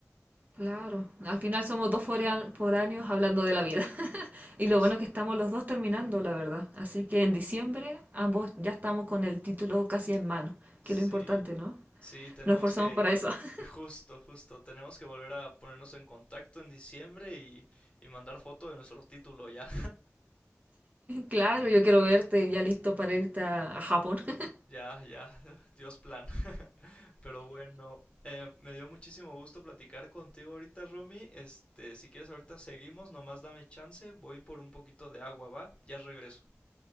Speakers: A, on the right; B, on the left.
A: Claro. Al final somos dos forea- foráneos hablando de la vida. <laughs>
B: Justo.
A: Y lo bueno es que estamos los dos terminando, la verdad. Así que en diciembre ambos ya estamos con el título casi en mano,
B: Sí,
A: que es lo importante, ¿no?
B: sí, tenemos
A: Nos esforzamos
B: que
A: para eso. <laughs>
B: Justo, justo. Tenemos que volver a ponernos en contacto en diciembre y, y mandar foto de nuestro título ya.
A: Claro, yo quiero verte ya listo para irte a, a Japón. <laughs>
B: Ya, ya, <laughs> Dios plan. <laughs> Pero bueno, eh, me dio muchísimo gusto platicar contigo ahorita, Romy. Este, si quieres ahorita seguimos, nomás dame chance, voy por un poquito de agua, ¿va? Ya regreso.